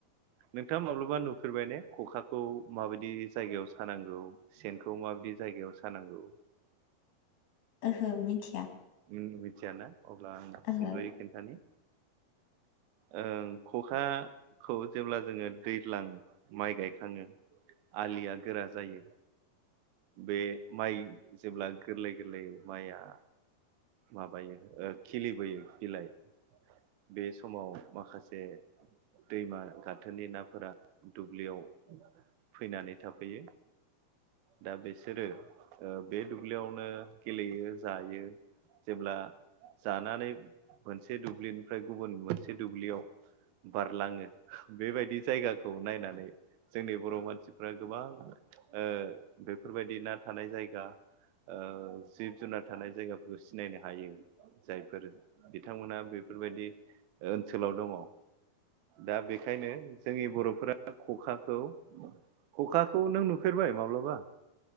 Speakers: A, on the right; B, on the left.
A: नोंथाङा माब्लाबा नुफेरबाय ने खखाखौ माबायदि जायगायाव सानांगौ। सेनखौ माबायदि जायगायाव सानांगौ,
B: ओहो मिथिया
A: नोङो मोनथियाना अब्ला आं
B: ओहो
A: सोंद'यै खिन्थानो ओं खखाखौ जेब्ला जोङो दैज्लां माइ गायखाङो आलिया गोरा जायो बे माइ जेब्ला गोरलै गोरलै माइया माबायो खिलिबोयो बिलाइ बे समाव माखासे दैमा गाथोननि नाफोरा दुब्लियाव फैनानै थाफैयो। दा बिसोरो ओ बे दुब्लियावनो गेलेयो जायो जेब्ला जानानै मोनसे दुब्लिनि फ्राय गुबुन मोनसे दुब्लियाव बारलाङो बेबायदि जायगा खौ नायनानै जोंनि बर' मानसिफ्रा गोबां ओ बेफोरबायदि ना थानाय जायगा ओ जिब जुनार थानाय जायगाफोरखौ सिनायनो हायो जायफोर बिथांमोनहा बेफोरबायदि ओनसोलाव दङ दा बेखायनो जोंनि बर'फोरा खखाखौ खखाखौ नों नुफेरबाय माब्लाबा?